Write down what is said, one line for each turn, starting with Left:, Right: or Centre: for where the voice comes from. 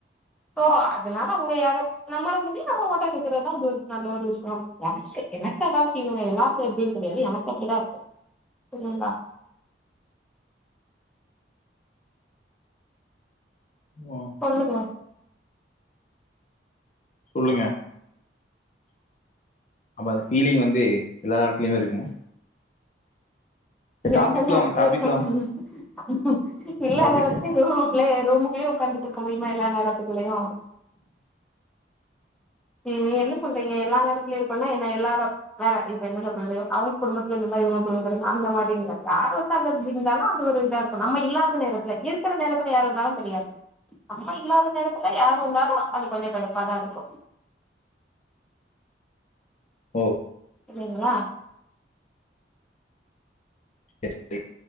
Centre: தோ அதனால அவங்க யாரோ நம்மாள முடியு நம்ம ஓட்டா கேக்கறதுதா அது ஒரு நல்ல ஒரு விஷியோ எனக்கு எனக்கு அதா செய்வாங்க எல்லாருக்கு எப்டினு தெரியாது எனக்கு அப்டிதா இருக்கு சரிங்களா
Left: ஓ
Centre: கொல்லுங்க
Left: சொல்லுங்க அப்போ அந்த பீலிங் வந்து எல்லா நாட்கிலியு இருக்குமா
Centre: இங்க எல்லாமே
Left: டாபிக்லா
Centre: அத்துலது
Left: வாங்க டாபிக்லா
Centre: <unintelligible> தெரியாத
Left: டாபிக்
Centre: ரூமுகுலே ரூமுக்குலே உக்காந்துட் இருக்க முடியுமா எல்லா நேரத்துக்குலயு ம் நீங்க என்ன சொல்றீங்க எல்லா நேரத்துலய பன்னா என்ன எல்லாரு வேற இப்ப என்ன சொல்றது அவுங் குடும்பத்துல இந்த மாரி இவுங் குடும்பத்து அந்த மாதிரி இருந்தாத யாரு வந்த இருந்தாலு அது ஒரு இதா இரு இப்ப நம்ம இல்லாத நேரத்துல இருக்கிற நேரத்துல யாரு வந்தாலு தெரியாது அம்மா இல்லாத நேரத்துல யாரு வந்தாலு அது கொஞ்ச கடுப்பாதா இருக்கு
Left: ஓ
Centre: செரிங்ளா
Left: <unintelligible>